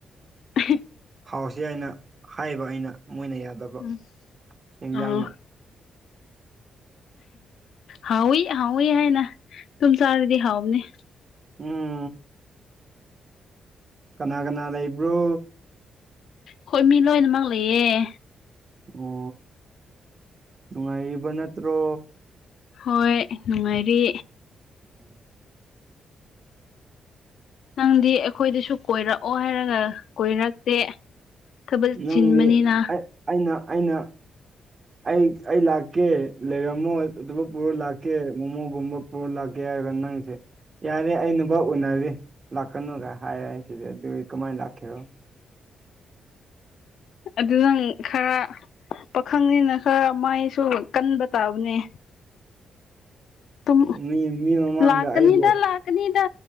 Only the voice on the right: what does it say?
ꯊꯥꯎꯁꯤ ꯍꯥꯏꯅ ꯍꯥꯏꯕ ꯑꯩꯅ ꯃꯣꯏꯅ ꯌꯥꯗꯕ
ꯑꯦꯟꯁꯥꯡꯅ
ꯎꯝ ꯀꯅꯥ ꯀꯅꯥ ꯂꯩꯕ꯭ꯔꯣ
ꯑꯣ ꯅꯨꯡꯉꯥꯏꯕ ꯅꯠꯇ꯭ꯔꯣ
ꯎꯝ
ꯅꯪꯗꯤ
ꯑꯩꯅ ꯑꯩꯅ
ꯑꯩ ꯑꯩ ꯂꯥꯛꯀꯦ ꯂꯩꯔꯝꯃꯣ ꯑꯇꯣꯞꯄ ꯄꯨꯔꯣ ꯂꯥꯛꯀꯦ ꯃꯣꯃꯣꯒꯨꯝꯕ ꯍꯣꯔ ꯂꯥꯛꯀꯦ ꯍꯥꯏꯕ ꯅꯪꯁꯦ ꯌꯥꯔꯦ ꯑꯩ ꯅꯨꯄꯥ ꯎꯅꯔꯤ ꯂꯥꯛꯀꯅꯨꯒ ꯍꯥꯏꯔꯦ ꯑꯩꯁꯦ ꯑꯗꯨ ꯀꯃꯥꯏ ꯂꯥꯛꯀꯦꯔꯣ
ꯃꯤ ꯃꯤ ꯃꯃꯥꯡꯗ
ꯑꯩꯕꯨ